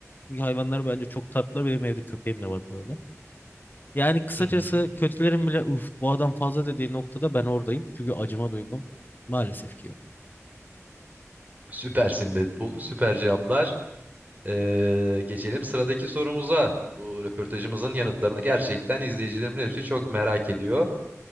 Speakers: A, on the left; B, on the right.
A: Çünkü hayvanlar bence çok tatlılar. Benim evde köpeğim de var bu arada. Yani kısacası
B: Hı hı.
A: kötülerin bile uf bu adam fazla dediği noktada ben oradayım. Çünkü acıma duygum maalesef ki yok.
B: Süpersin Deadpool. Süper cevaplar. Ee, geçelim sıradaki sorumuza. Bu röportajımızın yanıtlarını gerçekten izleyicilerimin hepsi çok merak ediyor.